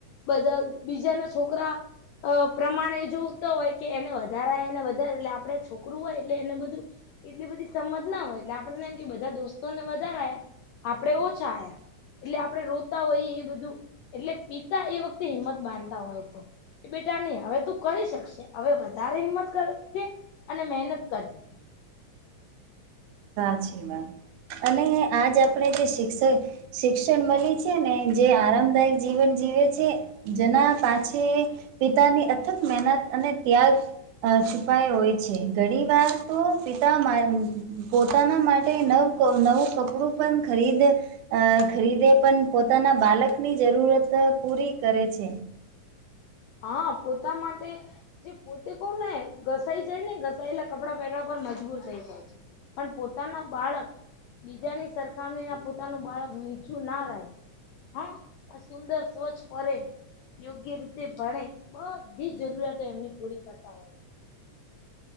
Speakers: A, on the left; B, on the right.
A: બધા બીજાના છોકરા- અ પ્રમાણ એ જોત હોય કે એને વધારે એને વધારે એટલે આપણે છોકરું હોય એટલે એને બધું- એટલી બધી સમજ ના હોય એટલે આપેને એમ કે બધા દોસ્તોને વધારે આવ્યા આપડે ઓછા આયા - એટલે આપડણે રોતા હોઈએ એ બધું એટલે પિતા એ વખતે હિંમત બાંધતા હોય છે. બેટા નહી હવે તું કરી શકશે હવે વધારે હિંમત કરજે અને મહેનત કરજે.
B: સાચી વાત. અને આજ આપણેે જે શિક્ષક શિક્ષણ મળી છે ને જે આરામદાયક જીવન જીવ છે. જેના પાછ પિતાની અથક મહેનત અને ત્યાગ અ છુપાય હોય છે. ઘણી વાર તો પિતા મા પોતાના માટે નવ નવું કપડું પણ ખરીદ અ ખરીદે પણ પોતાના બાલકની જરૂરત પૂરી કરે છે.
A: હા. પોતા માટે જે પોતે કોણનેને ઘસાઈ જાય ને ઘસાયેલા કપડાં પહેરવા પર મજબૂર થઈ જાય છે. પણ પોતાના બાળક બીજાની સરખામણી ના પોતાનું બાળક નીચું ના રહે હા. આ સુંદર સ્વચ્છ કરે યોગ્ય રીતે તે ભણે બધી જરૂરિયાતો એમની પૂરી કરતા હોય છે.